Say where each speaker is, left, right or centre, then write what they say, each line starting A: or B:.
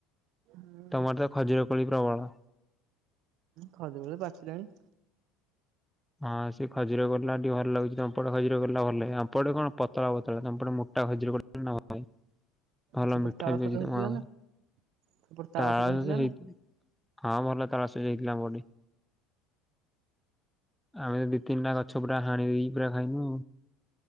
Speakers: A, on the right (about 55°); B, in the centre.
A: <inaudible>
B: ତମର ତ ଖଜୁରକୋଳି ପ୍ରବଳ।
A: ଖଜୁରୀ କୋଳି ପଚିଲାଣି।
B: ହଁ ସେ ଖଜୁର ଗଲା ଟିକେ ଭଲ ଲାଗୁଛି। ତମପଟେ ଖଜୁର ଗଲା ଭଲ ଲାଗେ। ଆମପଟେ କଣ ପତଳା ପତଳା ତମପଟେ ମୋଟା ଖଜୁର ଗୁ <unintelligible> ଭଲ
A: ସେପଟେ
B: ମିଠା
A: ତାଳ
B: ବି
A: ସଜ
B: <unintelligible>
A: ହେଇଥିଲା ନା ସେପଟେ
B: ତାଳ
A: ହେଇଥିଲା
B: ସଜ
A: ନା
B: ହଁ ଭଲ ତାଳସଜ ହେଇଥିଲା ଅମଘଟି। ଆମେ ଦି ତିନିଟା ଗଛ ପୁରା ହାଣି ଦେଇ ପୁରା ଖାଇନୁ।